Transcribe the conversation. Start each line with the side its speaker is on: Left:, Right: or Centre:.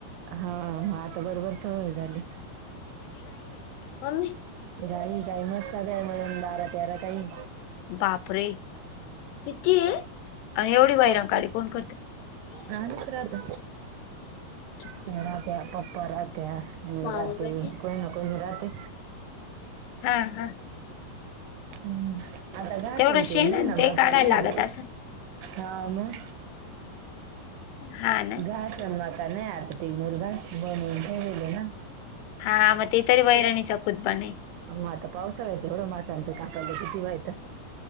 Right: हा आता बरोबर सवय झाली.
Left: ह.
Right: गाई कााई मस्त बय म्हणून बारा तेरा काही
Left: बापरे किती आणि एवढी वैरंग काडी कोण करत
Right: कान करात
Left: हाय
Right: ते रात्या पप्पपा रात्या आणि
Left: मामा
Right: राते कोय ना कोय राते
Left: हा हा
Right: हम् आता घासून
Left: तेवढं शेण
Right: ते नाही
Left: आणि
Right: ना मका
Left: काढायला
Right: नाही
Left: लागत
Right: ना
Left: असं
Right: हा मग
Left: हा ना
Right: घास अनवा का नाही आता तेी मुल घास बनवून ठेलेले ना
Left: हा मग ते तरी वैरणी चकूत बणे
Right: मात पावसाळ येत एवढ माता आणते काकायला कतीिवा येतं